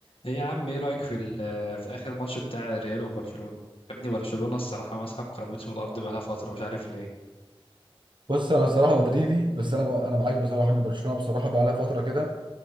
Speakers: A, on the left; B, on the right.
A: ايه يا عم ايه رأيك في ال- في اخر ماتش بتاع ريال وبرشلونة يا ابني برشلونة الصراحة مسحب كرامتهم الارض بقالها فترة مش عارف ليه
B: بص انا بصراحه مدريدي بس انا انا معاك بصراحه ان برشلونه بصراحه بقى لها فتره كده